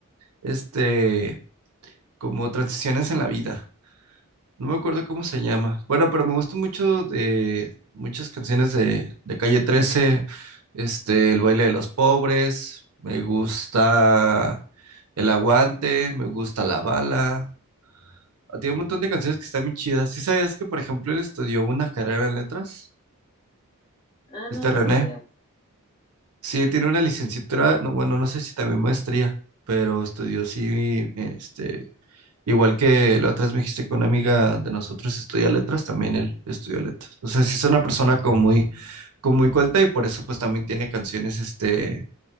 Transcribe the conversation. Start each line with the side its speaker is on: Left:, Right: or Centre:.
Right: este, como transiciones en la vida. No me acuerdo cómo se llama. Bueno, pero me gustan mucho de muchas canciones de, de Calle 13. Este, El baile de los pobres. Me gusta El aguante. Me gusta La bala. Ah, Tiene un montón de canciones que están muy chidas. ¿Sí sabías que, por ejemplo, él estudió una carrera en letras?
Left: Ah,
Right: Este
Left: no, no
Right: René.
Left: sabía.
Right: Sí, tiene una licenciatura. No, bueno, no sé si también maestría, pero estudió sí, este, Igual que la otra vez me dijiste que una amiga de nosotros estudia letras, también él estudió letras. O sea, sí es una persona como muy, como muy culta y por eso pues también tiene canciones, este...